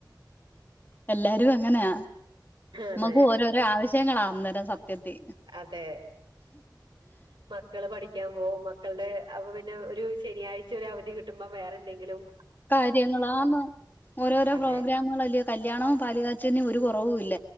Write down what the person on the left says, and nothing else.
എല്ലാരും അങ്ങനാ
നമ്മക്ക് ഓരോരോ ആവശ്യങ്ങളാ അന്നേരം സത്യത്തി
കാര്യങ്ങളാന്ന് ഓരോരോ
പ്രോഗ്രാമുകളല്ലേ കല്യാണവും പാലുകാച്ചൽനും ഒരു കൊറവും ഇല്ല